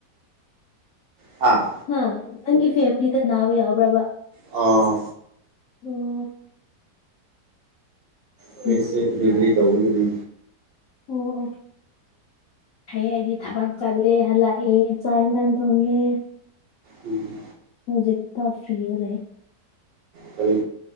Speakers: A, on the right; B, on the left.
A: ꯍꯥꯥ
B: ꯍꯥ ꯅꯪꯒꯤ ꯐꯦꯃꯤꯂꯤꯗ ꯅꯥꯕ ꯌꯥꯎꯕ꯭ꯔꯕ
A: ꯑꯥ
B: ꯑꯣ ꯑꯣ
A: ꯈꯣꯏ ꯏꯆꯦ ꯗꯤꯂꯤꯚꯔꯤ ꯇꯧꯕꯒꯤꯅꯤ
B: ꯑꯣ ꯑꯣ ꯑꯦ ꯑꯩꯗꯤ ꯊꯕꯛ ꯆꯠꯂꯦ ꯍꯜꯂꯛꯑꯦ ꯆꯥꯛ ꯏꯟꯖꯥꯡ ꯊꯣꯡꯉꯦ
A: ꯎꯝ
B: ꯍꯧꯖꯤꯛꯇ ꯐ꯭ꯔꯤꯗ ꯂꯩꯌ
A: ꯀꯔꯤ